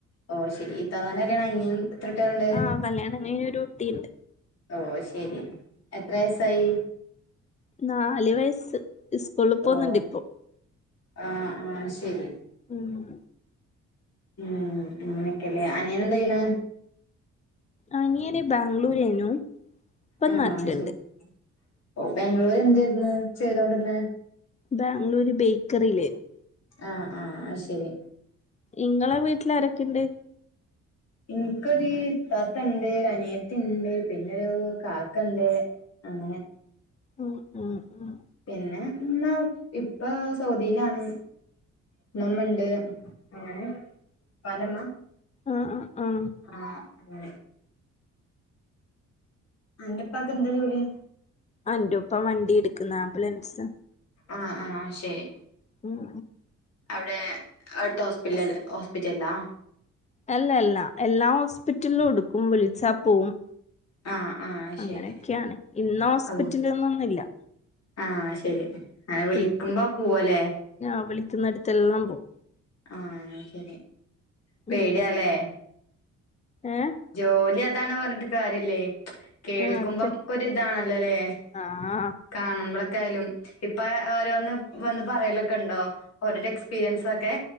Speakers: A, on the left; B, on the left.
A: ഓഹ് ശെരി ഇത്താത്തന്റെ കല്യാണം കഴിഞ്ഞു എത്രട്ട്യോൾണ്ട്
B: ആഹ് കല്യാണം കഴിഞ്ഞ് ഒരു കുട്ടിയുണ്ട്
A: ഓ ശരി എത്ര വയസ്സായി
B: നാല് വയസ്സ് സ്കൂളിൽ
A: ഓ
B: പോകുന്നുണ്ട് ഇപ്പോ
A: ആഹ് ആഹ് ശരി
B: ഉം
A: ഉം ഇങ്ങനെയൊക്കെയല്ലേ അനിയൻ എന്താ ചെയ്യണ്
B: അനിയന് ബാംഗ്ലൂരായിരിന്നു ഇപ്പം
A: ആഹ്
B: നാട്ടിലുണ്ട്
A: ശരി ഓ ബാംഗ്ലൂര് എന്തായിരുന്നു ചെയ്തോണ്ടിന്നെ
B: ബാംഗ്ലൂര് ബേക്കറിയിലായിരുന്നു
A: ആഹ് ആഹ് അത് ശരി
B: ഇങ്ങളെ വീട്ടിൽ ആരൊക്കെണ്ട്
A: ഇൻക്കൊരു ഇത്താത്തണ്ട് ഒരനിയത്തിണ്ട് പിന്നൊരു കാക്കണ്ട് അങ്ങനെ
B: ഉം ഉം ഉം
A: പിന്നെ ഇമ്മാ ഇപ്പ സൗദിയിലാണ് ഇമ്മമ്മ ഇണ്ട് അങ്ങനെ ഇപ്പാന്റെ ഇമ്മ
B: ആഹ് ആഹ് ആഹ്
A: ആഹ് ഉം അന്റെ ഉപ്പാക്ക് എന്താ ജോലി
B: അന്റുപ്പ വണ്ടി എടുക്കുന്ന് ആംബുലൻസ്
A: ആഹ് ആഹ് ശരി
B: ഉം
A: അവിടെ അടുത്ത് ഹോസ്പിറ്റല ഹോസ്പിറ്റലിലാ
B: അല്ല അല്ല എല്ലാ ഹോസ്പിറ്റലിലും എടുക്കും വിളിച്ചാൽ പോവും
A: ആഹ് ആഹ്
B: അങ്ങനെയൊക്കെയാണ്
A: ശരി
B: ഇന്ന ഹോസ്പിറ്റല്
A: ഓ
B: എന്നൊന്നുല്യ
A: ആഹ് ശരി അങ്ങനെ വിളിക്കുമ്പോ
B: വിളിക്കുന്നു
A: പോവല്ലേ
B: ആഹ് വിളിക്കുന്നടുത്തെല്ലാം പോവും
A: ആഹ് ശരി പേടിയാലേ
B: ഉം ഏഹ്
A: ജോലി അതാണ് പറഞ്ഞിട്ട് കാര്യല്ലേ കേൾക്കുമ്പോ
B: ആഹ് അതെ
A: നമ്മക്കൊരു ഇതാണല്ലോല്ലേ
B: ആഹ്
A: കാണുമ്പളൊക്കെ ആയാലും ഇപ്പ ഓരോന്ന് വന്ന് പറയലൊക്കെ ഉണ്ടോ ഓരോരോ എക്സ്പീരിയൻസൊക്കെ